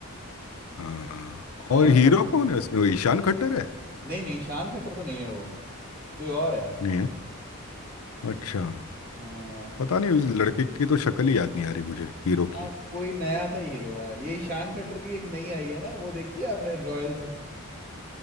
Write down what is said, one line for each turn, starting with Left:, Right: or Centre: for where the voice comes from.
Left: हाँ हाँ। और
Right: और
Left: हीरो
Right: कौन-
Left: कौन है इसमें वो ईशान खट्टर है
Right: नहीं नहीं शान खट्टर तो नहीं है वो कोई और है
Left: नहीं है अच्छा
Right: हाँ
Left: पता नहीं उस लड़के की तो शक्ल ही याद नहीं आ रही मुझे हीरो
Right: आ,
Left: की
Right: कोई नया सा हीरो है यही शान खट्टर की एक नई आई है ना वो देखी है आपने रॉयल्स